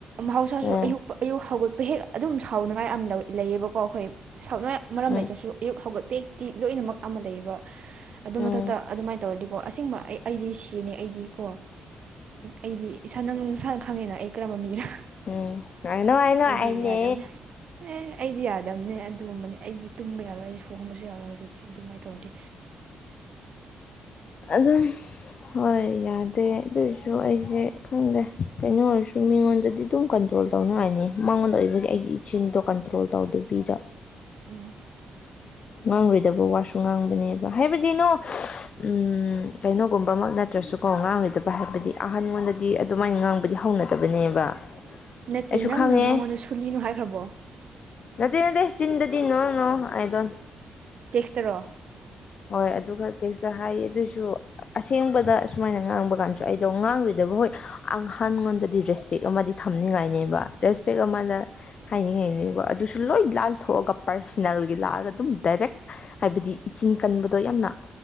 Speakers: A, on the right; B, on the left.
A: ꯃꯍꯧꯁꯥꯁꯨ
B: ꯎꯝ
A: ꯑꯌꯨꯛ ꯑꯌꯨꯛ ꯍꯧꯒꯠꯄ ꯍꯦꯛ ꯑꯗꯨꯝ ꯁꯥꯎꯅꯉꯥꯏ ꯌꯥꯝ ꯂꯩꯌꯦꯕꯀꯣ ꯑꯩꯈꯣꯏ ꯁꯥꯎꯅꯤꯡꯉꯥꯏ ꯃꯔꯝ
B: ꯎꯝ
A: ꯂꯩꯇ꯭ꯔꯁꯨ ꯑꯌꯨꯛ ꯍꯧꯒꯠꯄꯛꯇꯤ ꯂꯣꯏꯅꯃꯛ ꯑꯃ ꯂꯩꯌꯦꯕ ꯑꯗꯨ ꯃꯊꯛꯇ
B: ꯎꯝ
A: ꯑꯗꯨꯃꯥꯏꯅ ꯇꯧꯔꯗꯤꯀꯣ ꯑꯁꯦꯡꯕ ꯑꯩ ꯑꯩꯗꯤ ꯁꯤꯅꯤ ꯑꯩꯗꯤꯀꯣ ꯑꯩꯗꯤ ꯏꯁꯥ ꯅꯪ ꯅꯁꯥꯅ ꯈꯪꯉꯦꯅ ꯑꯩ ꯀꯔꯝꯕ ꯃꯤꯔ
B: ꯎꯝ ꯎꯝ ꯑꯥꯏꯅꯣ ꯑꯥꯏꯅꯣ
A: ꯑꯩꯗꯤ
B: ꯑꯥꯏꯅꯦ
A: ꯌꯥꯗꯕꯅꯦ ꯑꯦ ꯑꯩꯗꯤ ꯌꯥꯗꯝꯕꯅꯦ ꯑꯗꯨꯒꯨꯝꯕꯅꯦ ꯑꯩꯗꯤ ꯇꯨꯝꯕ ꯌꯥꯎꯔꯣꯏ ꯑꯩ ꯁꯣꯛꯍꯝꯕꯁꯨ ꯌꯥꯎꯔꯣꯏ ꯍꯧꯖꯤꯛꯁꯦ ꯑꯗꯨꯃꯥꯏꯅ ꯇꯧꯔꯗꯤ
B: ꯑꯗꯨ ꯍꯣꯏ ꯌꯥꯗꯦ ꯑꯗꯨꯔꯁꯨ ꯑꯩꯁꯦ ꯈꯪꯗꯦ ꯀꯩꯅꯣ ꯑꯣꯏꯔꯁꯨ ꯃꯤꯉꯣꯟꯗꯗꯤ ꯑꯗꯨꯝ ꯀꯟꯇ꯭ꯔꯣꯜ ꯇꯧꯅꯉꯥꯏꯅꯤ ꯃꯉꯣꯟꯗ ꯑꯣꯏꯕꯒꯤ ꯑꯩꯒꯤ ꯏꯆꯤꯟꯗꯣ ꯀꯟꯇ꯭ꯔꯣꯜ ꯇꯧꯗꯕꯤꯗ
A: ꯎꯝ
B: ꯉꯥꯡꯂꯣꯏꯗꯕ ꯋꯥꯁꯨ ꯉꯥꯡꯕꯅꯦꯕ ꯍꯥꯏꯕꯗꯤ ꯅꯣ ꯎꯝ ꯀꯩꯅꯣꯒꯨꯝꯕꯃꯛ ꯅ ꯅꯠꯇ꯭ꯔꯁꯨ ꯀꯣ ꯉꯥꯡꯂꯣꯏꯗꯕ ꯍꯥꯏꯕꯗꯤ ꯑꯍꯟꯉꯣꯟꯗꯗꯤ ꯑꯗꯨꯃꯥꯏꯅ ꯉꯥꯡꯕꯗꯤ ꯍꯧꯅꯗꯕꯅꯦꯕ
A: ꯅꯠꯇꯦ
B: ꯑꯩꯁꯨ ꯈꯪꯉꯦ
A: ꯅꯪꯅ ꯃꯉꯣꯟꯗ ꯁꯨꯂꯤꯅꯣ ꯍꯥꯏꯈ꯭ꯔꯕꯣ
B: ꯅꯠꯇꯦ ꯅꯠꯇꯦ ꯆꯤꯟꯗꯗꯤ ꯅꯣꯅꯣ ꯏ ꯗꯣꯟ
A: ꯇꯦꯁꯇꯔꯣ
B: ꯍꯣꯏ ꯑꯗꯨꯒ ꯇꯦꯁꯇ ꯍꯥꯏꯌꯦ ꯑꯗꯨꯏꯁꯨ ꯑꯁꯦꯡꯕꯗ ꯁꯨꯃꯥꯏꯅ ꯉꯥꯡꯕ ꯀꯥꯟꯁꯨ ꯑꯩꯗꯣ ꯉꯥꯡꯔꯣꯏꯗꯕ ꯍꯣꯏ ꯑꯪꯍꯟꯉꯣꯟꯗꯗꯤ ꯔꯦꯁ ꯄꯦꯛ ꯑꯃꯗꯤ ꯊꯝꯅꯤꯡꯉꯥꯏꯅꯦꯕ ꯔꯦꯁꯄꯦꯛ ꯑꯃꯅ ꯍꯥꯏꯅꯤꯡ ꯍꯥꯏꯅꯦꯕ ꯑꯗꯨꯁꯨ ꯂꯣꯏ ꯂꯥꯥꯟꯊꯣꯛꯑꯒ ꯄꯔꯁꯅꯦꯜꯒꯤ ꯂꯥꯛꯑꯒ ꯑꯗꯨꯝ ꯗꯥꯏꯔꯦꯛ ꯍꯥꯏꯕꯗꯤ ꯏꯆꯤꯟ ꯀꯟꯕꯗꯣ ꯌꯥꯝꯅ